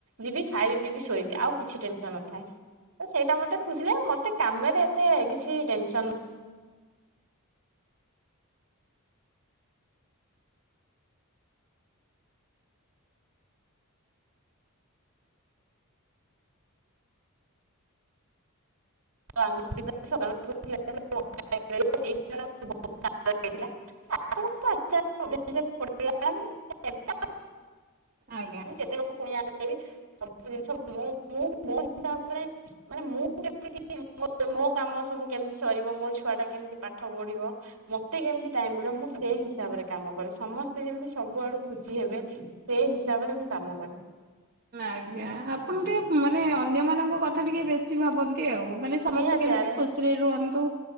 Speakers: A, on the right; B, on the right.
A: ଯିବି ଖାଇବି ପିିବି ଶୋଇକି ଆଉ କିଛି ଟେନସନ ନଥାଏ ତ ସେଇଟା ମତେ ଖୁସିିଲେ ମତେ ମୋତେ କାମରେ ଏତେ କିଛି ଟେନସନ <unintelligible> <unintelligible>
B: ଆଜ୍ଞା
A: ଯେତେକଥା ପୁଣି ଆସିବି ସବୁ ଜିନିଷ ମୁଁ ମୁଁ ମୋ ହିସାବରେ ମାନେ ମୁଁ କେମିତି ମୋ କାମ ସବୁ କେମିତି ସରିବ ମୋ ଛୁଆଟା କେମିତି ପାଠ ପଢି଼ବ ମତେ କେମିତି ଟାଇମ ମିଳିବ ମୁଁ ସେଇ ହିସାବରେ କାମ କରେ ସମସ୍ତେ ଯେମିତି ସବୁଆଡୁ ଖୁସି ହେବେ ସେ ସେ ହିସାବରେ ମୁଁ କାମ କରେ।
B: ଆଜ୍ଞା ଆପଣ ଟିକେ ମାନେ ଅନ୍ୟ ମାନଙ୍କ କଥା ଟିକେ ବେଶୀ ଭାବନ୍ତି? ସେ ଆଉ ମାନେ ସମସ୍ତେ
A: ନିହାତି
B: କେମିତି
A: ଆରେ
B: ଖୁସିରେ ରୁହନ୍ତୁ